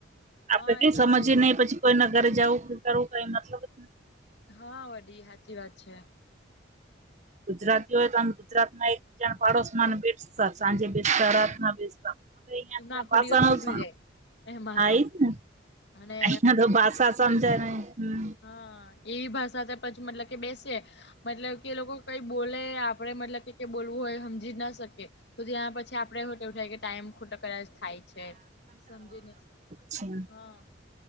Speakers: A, on the left (about 60°); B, on the right (about 40°).
A: હા
B: તે કઈ
A: એ લોકો
B: સમજે
A: જોતા
B: નહી પછી કોઈ ના ઘરે જાવું <inaudible> કરવું કાઈ મતલબ જ નહીં.
A: હહ વડી ઈ હાચી વાત છે.
B: ગુજરાતી હોય તો આમ ગુજરાતમાં એકજણ પાડોશમાં ને બેસ સાંજે બેસતા, રાતના બેસતા. આપણે ઇયા
A: એમનો
B: કને
A: આખો
B: ભાષણો
A: દિવસ નીકળી
B: જ
A: જાય એમાં
B: હા
A: તો
B: ઈજ ને.
A: અને
B: અહીંયા તો ભાષા સમજાય નહીં હમ.
A: હહ એવી ભાષા તો પછી મતલબ કે બેસીએ મતલબ કે લોકો કઈ બોલે આપડે મતલબ કે કે બોલવું હોય હમજી જ ના શકીએ. તો ત્યાં પછ પછી આપડે એવું હોતે થાય કે ટાઈમ ખોટો કદાચ થાય છે. સમજી નહીં શક
B: છા
A: હહ